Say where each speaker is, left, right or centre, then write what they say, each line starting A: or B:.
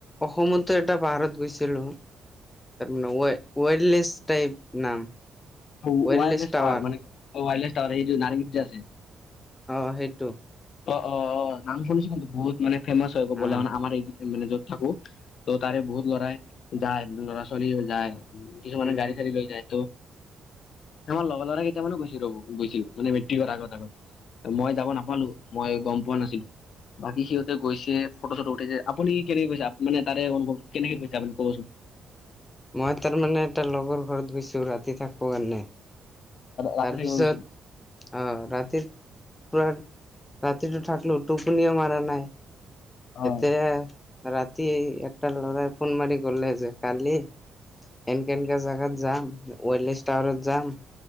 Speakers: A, on the left; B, on the left.
A: অসমতো এটা পাহাৰত গৈছো। তাৰ মানে ৱেললেছ টাইপ নাম।
B: ৱাইললেছ
A: ৱাইল্ডলেছ টাৱাৰ
B: পাহাৰ মানে ৱাইলেছ টাৱাৰ এই যে নাৰেংগীত যে আছে।
A: অ সেইটো।
B: অ অ অ নাম শুনিছো কিন্তু বহুত মানে ফেমাচ হয় কবলে
A: অহ
B: মানে আমাৰ এই মানে য'ত থাকো ত' তাৰে বহুত লৰাই যায় ল'ৰা ছোৱালী যায় কিছুমানে
A: উম
B: গাড়ী চাৰি লৈ যায় তো আমাৰ লগৰ লৰা কেইটামানো গৈছিলো ৰ'ব গৈছিলো মানে মেট্ৰিকৰ আগত আগত মই যাব নাপালো। মই গম পোৱা নাছিলো। বাকী সিহঁতে গৈছে ফটো চটো উঠিছে আপুনি কি কেনেকে গৈছে মানে তাৰে অনুভৱটো কেনেকে কৈছে আপুনি ক'বচোন। <inaudible>
A: মই তাৰমানানে এটা লগৰ ঘৰত গৈছো ৰাতি থাকিব কাৰণে।
B: ৰাতি
A: তাৰপিছত
B: থাকিব গৈছিল
A: আহ ৰাতি পোৰা ৰাতিটো থাক টোপনিও মাৰা নাই
B: অ
A: এতিয়া ৰাতি এটা লৰাই ফোন মাৰি গলে যে কালি এনকে এনকা জোগাত যাম ৱেলেছ টাৱাৰত যাম।